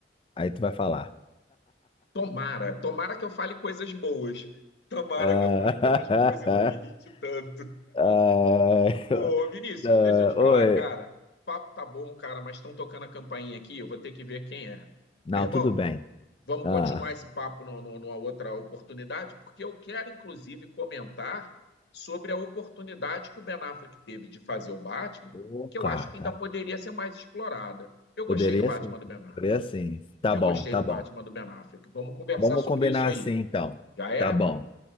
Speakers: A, on the left; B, on the left.
A: Aí tu vai falar.
B: Tomara, tomara que eu fale coisas boas. Tomara
A: Ah,
B: que eu fale coisas boas e não me irrite tanto.
A: <laughs> ah, <laughs>
B: Ô, Vinícius,
A: ah,
B: deixa eu te falar,
A: oi.
B: cara. Papo tá bom, cara, mas estão tocando a campainha aqui, eu vou ter que ver quem é.
A: Não,
B: Meu irmão,
A: tudo bem.
B: vamos
A: Ah,
B: continuar esse papo no- no- numa outra oportunidade, porque eu quero, inclusive, comentar sobre a oportunidade que o Ben Affleck teve de fazer o Batman,
A: ô,
B: que
A: cara,
B: eu acho que
A: cara,
B: ainda poderia ser mais explorada. Eu gostei
A: poderia
B: do Batman
A: sim.
B: do Ben Affleck.
A: Poderia sim. Tá
B: Eu
A: bom,
B: gostei
A: tá
B: do Batman
A: bom.
B: do Ben Affleck. Vamos conversar
A: Vamos
B: sobre
A: combinar
B: isso aí.
A: assim então.
B: Já é?
A: Tá bom.